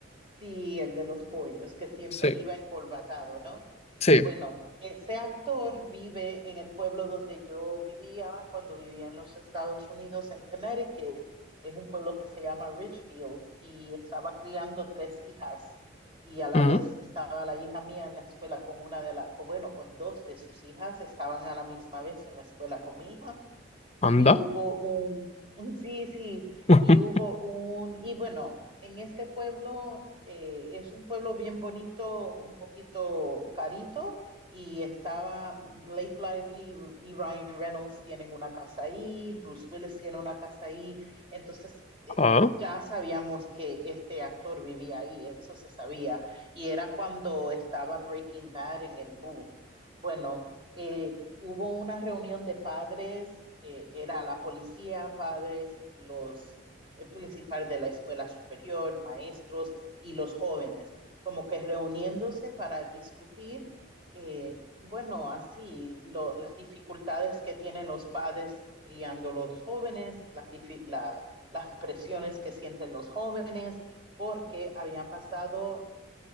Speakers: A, on the right; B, on the left.
A: Sí, el de los pollos, que siempre
B: Sí,
A: iba encorbatado,
B: sí.
A: bueno, ese actor vive en el pueblo donde yo vivía cuando vivía en los Estados Unidos, en Connecticut. Es un pueblo que se llama Ridgefield y estaba criando tres hijas y a la
B: Mm,
A: vez estaba la hija mía en la escuela con una de las, bueno, con dos de sus hijas, estaban a la misma vez en la escuela con mi hija
B: Anda.
A: y hubo un, un- sí, sí,
B: <laughs>
A: y hubo un, y bueno, en este pueblo eh, es un pueblo bien bonito, un poquito carito, y estaba Blake Lively y Ryan Reynolds tienen una casa ahí, Bruce Willis tiene una casa ahí, entonces eh,
B: Ah,
A: ya sabíamos que este actor vivía ahí, eso se sabía, y era cuando estaba Breaking Bad en el boom. Bueno. eh, hubo una reunión de padres, eh, era la policía, padres, los, el principal de la escuela superior, maestros y los jóvenes, como que reuniéndose para discutir, eh, bueno, así, lo, las dificultades que tienen los padres criando los jóvenes, las, difi- la, las presiones que sienten los jóvenes, porque habían pasado